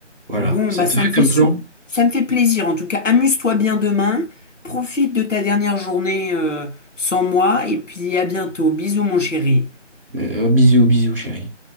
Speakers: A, on the right; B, on the left.
A: Voilà.
B: Bon,
A: Ça
B: bah ça
A: te va
B: me fait
A: comme
B: sup-
A: plan?
B: ça me fait plaisir. En tout cas, amuse-toi bien demain. Profite de ta dernière journée euh, sans moi et puis à bientôt. Bisous mon chéri.
A: Euh, bisous, bisous, chérie.